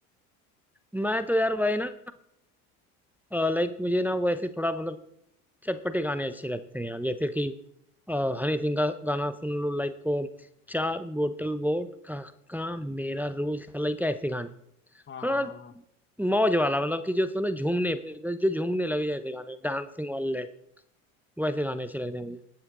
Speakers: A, in the centre; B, on the left.
A: मैं तो यार भाई ना लाइक मुझे ना वैसे थोड़ा मतलब चटपटे गाने अच्छे लगते हैं यार जैसे कि अ, हनी सिंह का गाना सुन लो लाइक को चार बोतल वोट का काम मेरा रोज का लाइक ऐसे गाने
B: हाँ हाँ
A: हाँ
B: हाँ हाँ
A: मौज वाला मतलब कि जो सुनो झूमने पे जो झूमने लगे जैसे गाने डांसिंग वाले वैसे गाने अच्छे लगते हैं मुझे